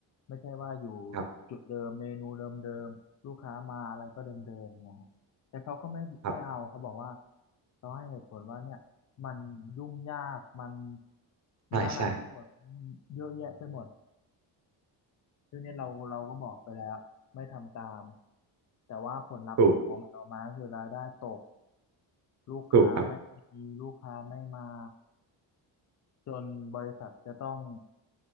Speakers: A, on the left; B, on the right.
A: ไม่ใช่ว่าอยู่
B: ครับ
A: จุดเดิมเมนูเดิมๆลูกค้ามาอะไรก็เดิมๆเนะ แต่เขาก็ไม่ไม่เอาเขาบอกว่า
B: ครับ
A: เขาให้เหตุผลว่าเนี่ยมันยุ่งยากมัน
B: ใช่ใช่
A: มันอะไรไปหมดมันเยอะแยะไปหมดซึ่งเนี่ยเราเราก็บอกไปแล้วไม่ทำตามแต่ว่าผลลัพธ์ของมันออกมาก็คือรายได้ตก
B: ถูก
A: ลูกค้าไม่มีลูกค้าไม่มา
B: ถูกครับ
A: จนบริษัทจะต้อง